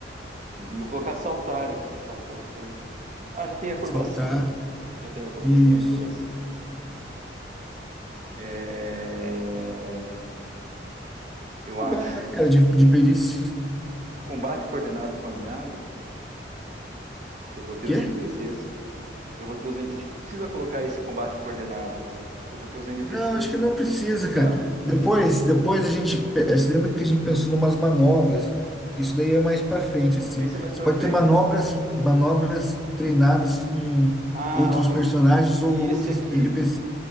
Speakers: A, on the right; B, in the centre.
A: Uhum, Vou colocar saltar aqui que faltou, que foi. Ah, já tem acrobacia.
B: Saltar.
A: Já tem acrobra-
B: Isso.
A: é, acrobacia. É, Eu
B: Tá
A: acho
B: bom, né, cara, de, de perícia.
A: combate coordenado com aliado, que eu vou ter
B: Quê?
A: os NPCs. Eu vou ter os NPCs. Acho que não precisa colocar esse combate coordenado, né? Porque eu vou ter os NPCs,
B: Não, acho que
A: né?
B: não precisa,
A: Não,
B: cara. Depois, depois a gente, pe- você lembra que a gente pensou em umas manobras? Isso daí é mais para frente, assim.
A: esse é mais
B: Você
A: para
B: pode
A: frente.
B: ter manobras, manobras treinadas com
A: Ah,
B: outros
A: olha,
B: personagens ou
A: e esse
B: outros
A: aqui,
B: NPCs.